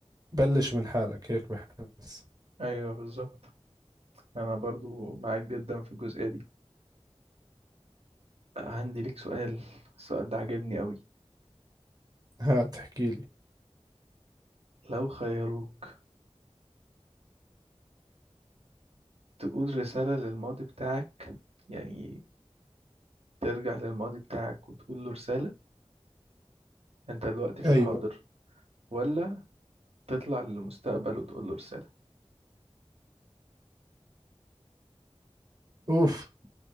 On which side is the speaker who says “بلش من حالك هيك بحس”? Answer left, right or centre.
Right